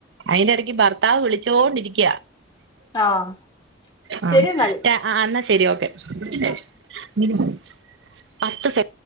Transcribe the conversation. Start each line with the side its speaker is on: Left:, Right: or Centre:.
Right: അയിന്റെ ഇടയ്ക്ക് ഭർത്താവ് വിളിച്ചോണ്ടിരിക്ക.
Left: ആഹ്
Right: ആ
Left: ശരി എന്നാല്
Right: ൻ്റ ആന്ന ശ ശരി ഓക്കെ <unintelligible>
Left: ആ
Right: പത്ത് സെ